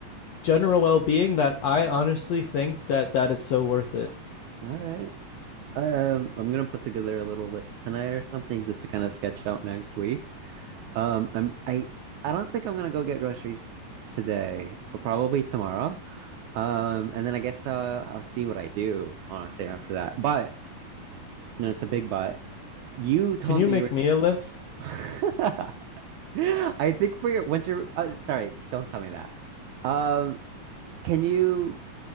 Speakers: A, on the left; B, on the right.
A: general well-being. That I honestly think that that is so worth it.
B: All right. Um, I'm gonna put together a little list tonight or something just to kind of sketch out next week. Um, I'm I I don't think I'm gonna go get groceries today, but probably tomorrow. Um, and then I guess uh, I'll see what I do honestly after that. But no, it's a big but. You told
A: Can you
B: me
A: make
B: you were.
A: me a list?
B: <laughs> <laughs> I think for your winter, uh, sorry, don't tell me that. Um, can you